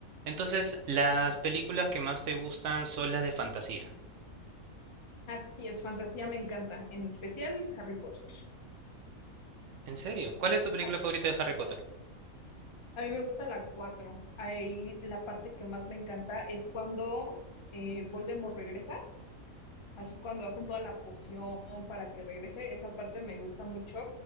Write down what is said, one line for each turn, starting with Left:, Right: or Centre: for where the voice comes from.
Right: Entonces, las películas que más te gustan son las de fantasía.
Left: Así es, fantasía me encanta, en especial Harry Potter.
Right: ¿En serio? ¿Cuál es tu película
Left: A,
Right: favorita de Harry Potter?
Left: a mí me gusta la 4. Ahí la parte que más me encanta es cuando eh, Voldemort regresa, así cuando hacen toda la poción para que regrese. Esa parte me gusta mucho